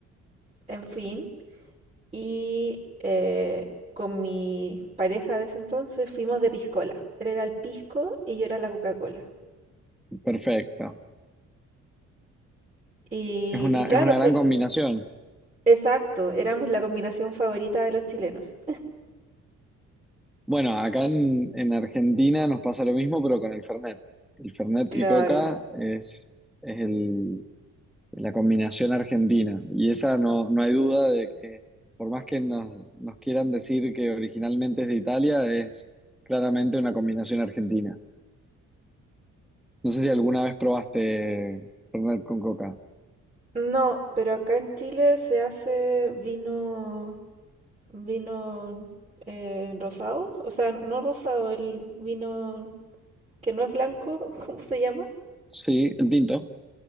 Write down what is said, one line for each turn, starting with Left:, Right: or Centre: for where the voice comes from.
Right: en fin. y eh, con mi pareja de ese entonces fuimos de piscola. Él era el pisco y yo era la Coca-Cola.
Centre: Perfecto.
Right: Y,
Centre: Es una,
Right: y claro,
Centre: es una
Right: pu-
Centre: gran combinación.
Right: exacto, éramos la combinación favorita de los chilenos.
Centre: Bueno, acá en, en Argentina nos pasa lo mismo, pero con el Fernet. El Fernet
Right: Claro.
Centre: y Coca es, es el- la combinación argentina. Y esa no, no hay duda de que, por más que nos, nos quieran decir que originalmente es de Italia, es claramente una combinación argentina. No sé si alguna vez probaste Fernet con Coca.
Right: No, pero acá en Chile se hace vino, vino eh, rosado, o sea, no rosado, el vino que no es blanco, <laughs> ¿cómo se llama?
Centre: Sí, el tinto.